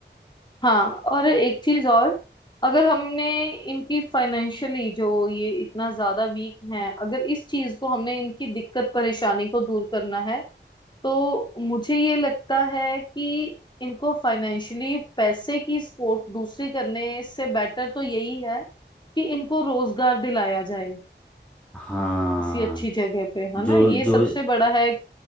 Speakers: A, on the left (about 25°); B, in the centre.
A: हाँ और एक चीज और अगर हमने इनकी फाइनेंशियली जो ये इतना ज्यादा वीक हैं अगर इस चीज को हमने इनकी दिक्कत परेशानी को दूर करना है तो मुझे ये लगता है कि इनको फाइनेंशियली पैसे की सपोर्ट दूसरी करने से बेटर तो यही है कि इनको रोजगार दिलाया जाए
B: हाँ
A: किसी अच्छी जगह पे है
B: जो
A: ना ये
B: जो
A: सबसे बड़ा है